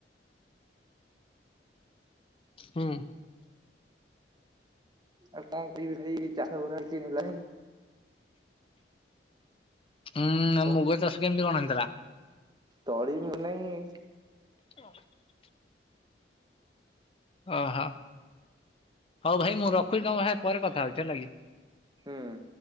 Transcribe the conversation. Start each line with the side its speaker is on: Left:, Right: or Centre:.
Left: ହୁଁ
Right: ଆଉ କଣ ପିଇବି ଭାଇ, ଚାଷ ଗୁରା କିଛି ହେଲାନି।
Left: ହୁଁ
Right: କଣ
Left: ମୁଗ ଚାଷ କେମିତି କଣ ହେଇଥିଲା?
Right: ତଳି ମିଳୁନାହିଁ।
Left: <inaudible> ଓହୋ, ହଉ ଭାଇ ମୁଁ ରଖୁଛିି କଣ ଭାଇ ପରେ କଥା ହଉଛି ହେଲା କି?
Right: ହୁଁ ଉଁ